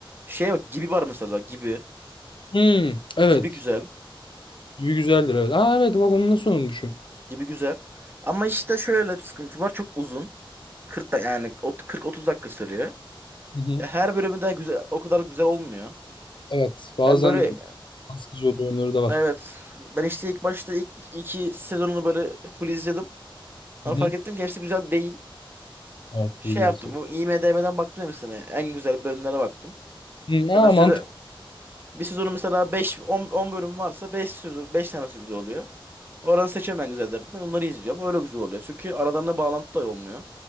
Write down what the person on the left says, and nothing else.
Hmm, evet.
Gibi güzeldir evet. Aa evet bak onu nasıl unutmuşum.
Hı hı.
Evet bazen
can sıkıcı olduğu yönleri de var.
Hı
hı.
Evet
iyi
gerçekten.
Hı,
aa
mantıklı.